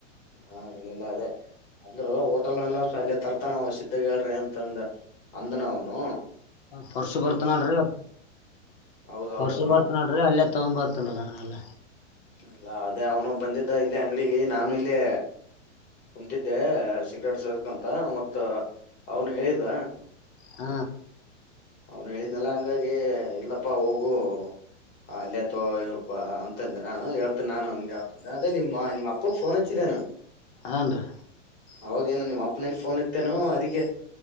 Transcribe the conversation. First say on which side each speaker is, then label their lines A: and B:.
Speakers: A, on the left; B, on the left.
A: ಹಾ ಇಲ್ಲೆಲ್ಲಾ ಅದೇ ಅಂದ್ರು ಹೋಟೆಲ್ನೆಲ್ಲಸೊನು ಅಲ್ಲಯ ತರ್ತಾನ ಸಿದ್ಧಗ ಹೇಳ್ರಿ ಅಂತಂದ ಅಂದನವನು.
B: ಹ ಪರ್ಸ ಬರ್ತ ನಡ್ರಿ
A: ಹೌದೌದು
B: ಪರ್ಸ ಬರ್ತ ನಾಡ್ರಿ ಅಲ್ಲಿ ತಕ ಬರ್ತ್ತನರ ನಲ್ಲ
A: ಅಲ್ಲ ಅದೇ ಅವನು ಬಂದಿದ್ದ ಇಲ್ಲ ಅಂಗಡಿಗೆ ನಾನು ಇಲ್ಲೇ ಕುಂತಿದೆ ಸಿಗ್ರೇಟ್ ಸೇದಕಂತ ಮತ್ತ ಅವನು ಹೇಳಿದ
B: ಹ್ಮ
A: ಅವ್ನು ಹೇಳಿದ್ನಲ್ಲ ಹಂಗಾಗಿ ಇಲ್ಲಪ್ಪಾ ಹೋಗು ಅಲ್ಲೇ ತೋ ಅಂತಂದೆ ನಾನು ಹೇಳ್ತಿನಿ ನಾನು ಅವನಿಗೆ ಯತಂದೆ ಅದೇ ನಿಮ್ಮ ನಿಮ್ಮ ಅಪ್ಪಗ್ ಫೋನ್ ಹಚ್ಚಿದ್ದ ಏನು
B: ಹನ್ರಿೀ
A: ಅವಾಗೇನು ನಿಮ್ಮ ಅಪ್ಪನಲ್ಲಿ ಫೋನ್ ಇತ್ತೇನು ಅದಿಕೆ